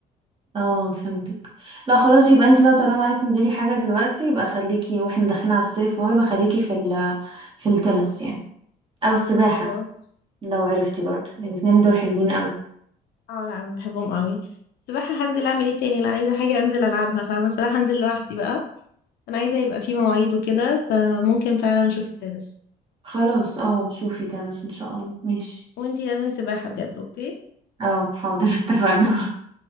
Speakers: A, on the right (about 30°); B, on the left (about 70°).
A: اه فهمتك لا خلاص يبقى انت بقى طالما عايز تنزلي حاجة دلوقتي يبقى خليكي واحنا داخلين على الصيف اهو يبقى خليكي في ال في التنس يعني او السباحة
B: خلاص
A: لو عرفتي برضه الاتنين دول حلوين قوي
B: اه لا انا بحبهم قوي السباحه هنزل اعمل ايه تاني لا عايزه حاجه انزل العبها فاهمه السباحه هنزل لوحدي بقى انا عايزه يبقى في مواعيد وكده فممكن فعلا اشوف التنس
A: خلاص اه شوفي تنس ان شاء الله ماشي
B: وانتي لازم سباحه بجد اوكي
A: اه حاضر <laughs> اتفقنا